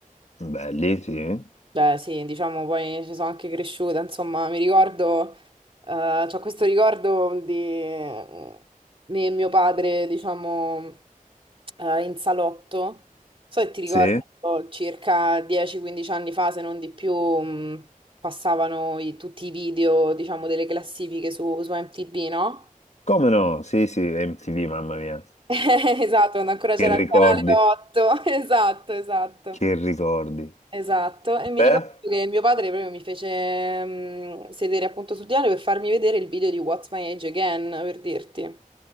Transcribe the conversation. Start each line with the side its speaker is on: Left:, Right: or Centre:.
Left: Belli, sì.
Right: beh sì, diciamo poi ci sono anche cresciuta, insomma mi ricordo, eh, c'ho questo ricordo di eh, me e mio padre, diciamo, eh, in salotto, so che ti ricordo
Left: Sì?
Right: circa 10-15 anni fa, se non di più, mh, passavano i- tutti i video, diciamo, delle classifiche su, su MTV, no?
Left: Come no? Sì, sì, MTV, mamma mia.
Right: <laughs> Esatto, quando ancora
Left: Che
Right: c'era il
Left: ricordi,
Right: canale 8, <laughs> esatto, esatto.
Left: che ricordi.
Right: Esatto, e mi
Left: Beh,
Right: ricordo che mio padre proprio mi fece mm, sedere appunto sul divano per farmi vedere il video di What's My Age Again, per dirti.